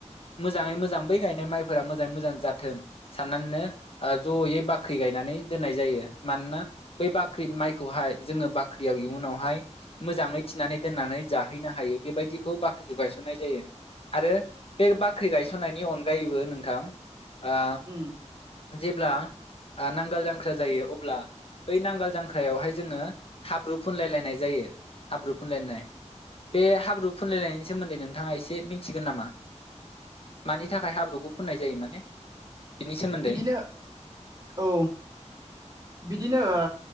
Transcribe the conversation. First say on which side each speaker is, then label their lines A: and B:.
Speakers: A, on the left; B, on the right.
A: मोजाङै मोजां बै गायनाय माइफोरा मोजाङै मोजां जाथों साननानैनो जयै बाख्रि गायनानै दोननाय जायो मानोना बै बाख्रि माइखौहाय जोङो बाख्रियाव इयुनावहाय मोजाङै थिनानै दोननानै जाहैनो हायो बेबायदिखौ बाख्रि गायसननाय जायो आरो बे बाख्रि गायसननायनि अन जायोबो नोंथां ओ
B: उम
A: जेब्ला ओ नांगाल जांख्रा जायो अब्ला बै नांगाल जांख्रायावहाय जोङो हाब्रु फुनलायलायनाय जायो हाब्रु फुनलायनाय बे हाब्रु फुनलायनाय सोमोन्दै नोंथाङा एसे मिथिगोन नामा मानि थाखाय हाब्रुखौ फुननाय जायो माने बिनि सोमोन्दै
B: बिदिनो औ बिदिनो ओ